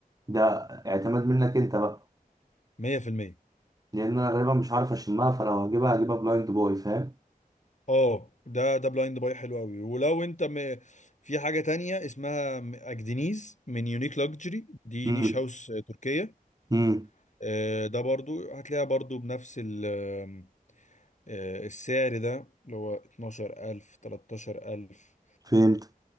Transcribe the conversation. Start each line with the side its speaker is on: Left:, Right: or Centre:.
Right: ده اعتماد منك انت بقى
Left: 100%
Right: لان انا غالبا مش عارف اشمها فلو هجيبها هجيبها بلايند بوي فاهم
Left: اه ده ده بلايند باي حلو قوي ولو انت م... في حاجه تانية اسمها م- اجدنيز من يونيك لاكجري دي
Right: امم
Left: نيش هاوس تركيه
Right: امم
Left: آه، ده برضو هتلاقيها برضو بنفس ال- آه، السعر ده اللي هو 12000 13000
Right: فهمت